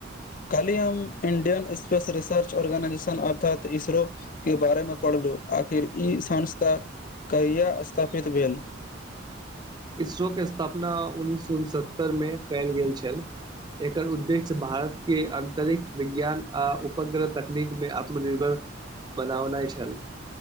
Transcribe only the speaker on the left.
कैल्हे हम इंडियन स्पेस रिसर्च, ऑर्गेनाइजेशन, अर्थात इसरो के बारेमे पढ़ आखिर ई संस्था कहिया स्थापित भेल?